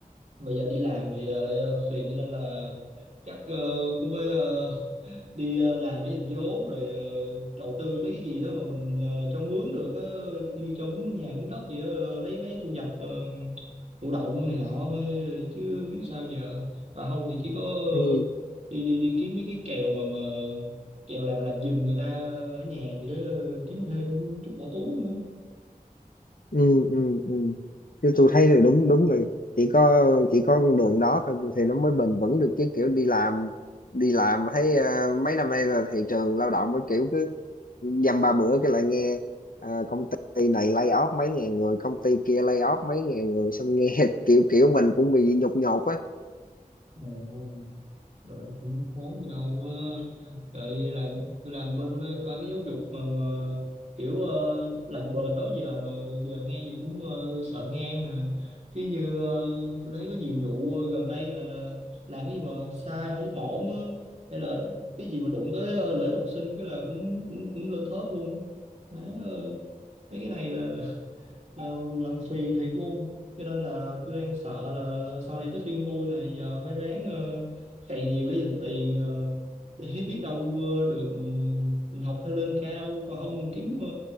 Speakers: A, on the right; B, on the left.
A: mà giờ đi làm thì ờ, lại ờ, phiền cho nên là chắc ờ, cũng phải ờ, đi ờ, làm để dành vốn rồi ờ, đầu tư mấy cái gì đó mà mình ờ, cho mướn được ờ, như cho mướn nhà mướn đất gì đó ờ, lấy lấy thu nhập ờ, thụ động này nọ thôi, chứ biết sao giờ còn không thì chỉ có
B: Ừ.
A: đi đi đi kiếm mấy cái kèo mà mà kèo làm làm giùm người ta ở nhà gì đó ờ, kiếm thêm chút bỏ túi nữa
B: ừ ừ ừ chứ
A: Ôi,
B: tôi thấy là đúng đúng là chỉ có chỉ có con đường đó thôi thì nó mới bền vững được chứ kiểu đi làm đi làm thấy ờ, mấy năm nay là thị trường lao động mới kiểu cứ dăm ba bữa cái lại nghe ờ, công ty này lay off mấy ngàn người công ty kia lay off mấy ngàn người xong nghe <laughs> kiểu kiểu mình cũng bị nhột nhột á
A: ồ, rồi cũng khốn gì đâu rồi làm tôi làm bên ba, ba cái giáo dục mà, mà kiểu ờ, làm bền đó giờ mà giờ nghe gì cũng ờ, sợ ngang nè chứ như ờ, tôi thấy có nhiều vụ ờ, gần đây là là làm cái gì mà sai không ổn á, hay là cái gì mà đụng tới ờ, lợi ích học sinh cái là cũng cũng cũng lên thớt luôn má ơi mấy cái này là, là Ờ, làm phiền thiệt luôn cho nên là tôi đang sợ là sau này tới phiên tôi này giờ phải ráng ờ, cày nhiều để dành tiền ờ, để biết đâu ờ, được mình mình học thêm lên cao còn không mình kiếm ờ,